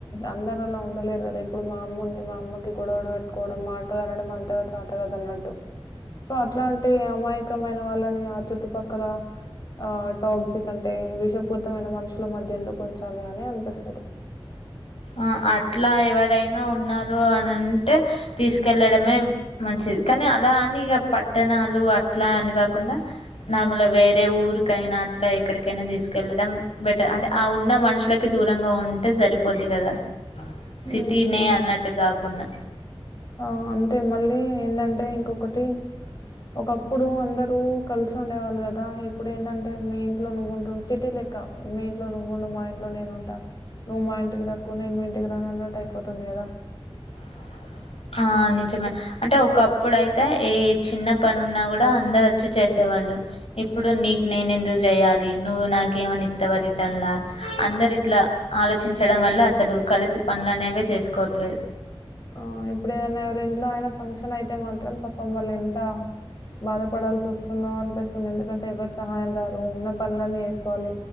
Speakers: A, on the left; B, on the left.
A: అందరు అలా ఉండలేరు కదా ఇప్పుడు మా అమ్మ ఉంది మా అమ్మకి గొడవడ పెట్టుకోవ మాటలు అనడం అంతగా చాత కాదు అన్నట్టు సో అట్లా అంటే ఎ అమాయకమైన వాళ్ళని ఆ చుట్టు పక్కల ఆ టాక్జిక్ అంటే విషపూర్తమైన మనుషుల మధ్య ఎందుకు ఉంచాలి అని అనిపి స్తది
B: ఆ అట్లా ఎవరైనా ఉన్న రు అని అంటే తీసుకెళ్ళడమే మంచిది కని అలా అని ఇగ పట్టణాలు అట్లా అని కాకుండా నార్మల్గా వేరే ఊరికైనా అట్లా ఎక్కడికైనా తీసుకెళ్ళడం బెటర్ అంటే ఆ ఉన్న మనుషులకి దూరంగా ఉంటే సరి పోద్ది కదా సిటీనే
A: హ్మ్. హ్మ్.
B: అన్నట్టు కాకుండా
A: ఆ అంతే మళ్ళీ ఏంటంటే ఇంకొకటి ఒకప్పుడు అందరు కలిసి ఉండేవాళ్ళు కదా ఇప్పుడు ఏందంటే మీ ఇంట్లో నువ్వుంటు సిటీ మీ ఇంట్లో నువ్వుండు మా ఇంట్లో నేను ఉంటా నువ్వు మా ఇంటికి రాక్కు నేను మీ ఇంటికి రాను అన్నట్టు అయిపోతుంది కదా
B: అ ఆ నిజమే అంటే ఒకప్పుడైతే ఏ చిన్న పని ఉన్నా కూడా అందరు వచ్చి చేసే వాళ్ళు ఇప్పుడు నీకు నేను ఎందుకు చేయాలి నువ్వు నాకి ఏమన్న ఇత్తవ రిటన్లా అందరు ఇట్లా ఆలోచించడం వల్ల అసలు కలిసి పనులనే ఇవే చేసుకోవట్లేదు
A: ఆ ఇప్పుడు ఏదన్నా ఎవర ఇంట్లో అయినా ఫంక్షన్ అయితే మాత్రం పపం వాళ్ళు ఎంత బాధపడాల్సి వస్తుందో అనిపిస్తుంది ఎందుకంటే ఎవరు సహాయం రారు ఉన్న పనులన్నీ ఎసుకోవాలి